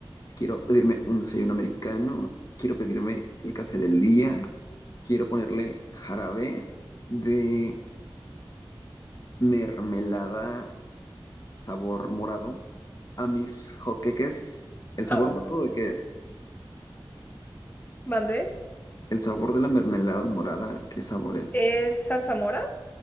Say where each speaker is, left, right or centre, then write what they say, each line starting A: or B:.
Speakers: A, on the left; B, on the left.
A: quiero pedirme un desayuno americano, quiero pedirme el café del día, quiero ponerle jarabe de mermelada sabor morado a mis joqueques. ¿El
B: Ah,
A: sabor
B: bueno.
A: morado
B: bueno.
A: de qué es?
B: ¿Mandé?
A: ¿El sabor de la mermelada morada? ¿Qué sabor es?
B: ¿Es zarzamora?